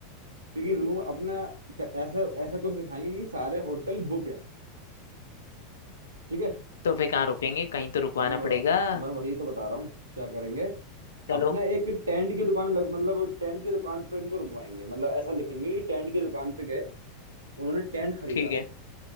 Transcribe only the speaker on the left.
तो फिर कहाँ रुकेंगे कहीं तो रुकवाना
पड़ेगा
चलो
ठीक है